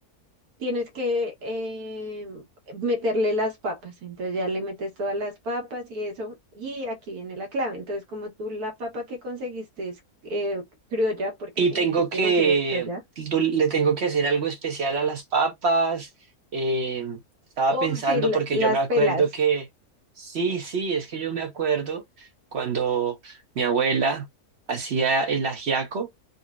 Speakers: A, on the right; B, on the right.
A: tienes que eh, meterle las papas. Entonces ya le metes todas las papas y eso. Y aquí viene la clave. Entonces, como tú la papa que conseguiste es eh, criolla, porque
B: Y
A: me
B: tengo
A: dijiste
B: que,
A: que consigues criolla,
B: dul- le tengo que hacer algo especial a las papas. eh, estaba
A: o
B: pensando
A: si la-
B: porque
A: las
B: yo me acuerdo
A: pelas.
B: que,
A: <laughs>
B: sí, sí, es que yo me acuerdo cuando mi abuela hacía el ajiaco